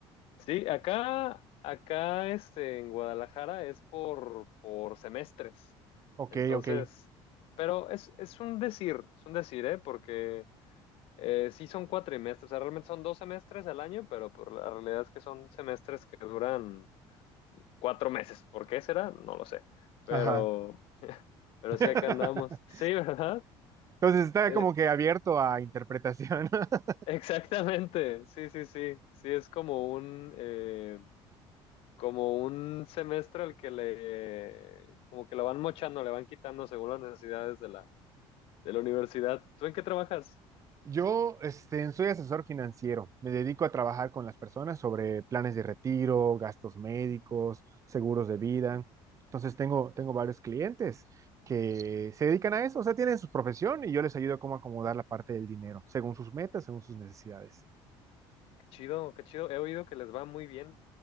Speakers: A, on the left; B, on the right.
A: Sí, acá, acá este, en Guadalajara es por, por semestres.
B: Ok,
A: Entonces,
B: ok,
A: pero es, es un decir, es un decir, ¿eh? Porque eh, sí son cuatrimestres, o sea, realmente son dos semestres al año, pero por la realidad es que son semestres que duran cuatro meses. ¿Por qué será? No lo sé. Pero,
B: ajá.
A: pero
B: <laughs>
A: sí acá andamos. Sí, ¿verdad?
B: Entonces está
A: Eh,
B: como que abierto a interpretación. <laughs>
A: <laughs> exactamente. Sí, sí, sí. Sí, es como un, eh, como un semestre al que le, como que lo van mochando, le van quitando según las necesidades de la, de la universidad. ¿Tú en qué trabajas?
B: Yo este, soy asesor financiero. Me dedico a trabajar con las personas sobre planes de retiro, gastos médicos, seguros de vida. Entonces tengo, tengo varios clientes que se dedican a eso, o sea, tienen su profesión y yo les ayudo cómo acomodar la parte del dinero, según sus metas, según sus necesidades.
A: Qué chido, qué chido. He oído que les va muy bien.